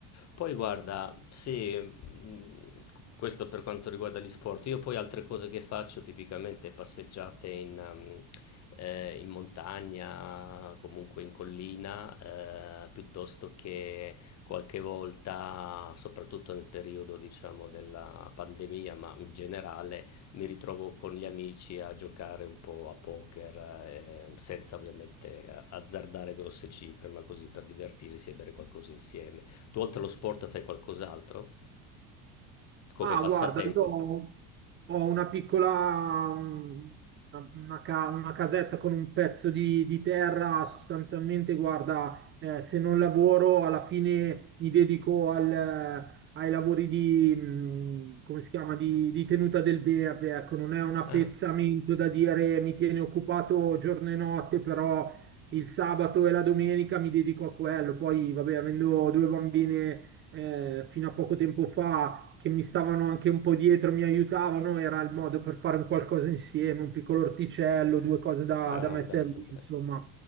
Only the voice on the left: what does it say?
Poi guarda, sì, mhmm, q questo per quanto riguarda gli sport. Io poi altre cose che faccio tipicamente passeggiate in mhmm, ehm, in montagna, comunque in collina, ehm, piuttosto che qualche volta, soprattutto nel periodo diciamo della pandemia, ma in generale, mi ritrovo con gli amici a giocare un po' a poker, eh, senza ovviamente azzardare grosse cifre, ma così per divertirsi e bere qualcosa insieme. Tu oltre allo sport fai qualcos'altro? Come
passatempo?
Ah,
ah,
bello,
bello.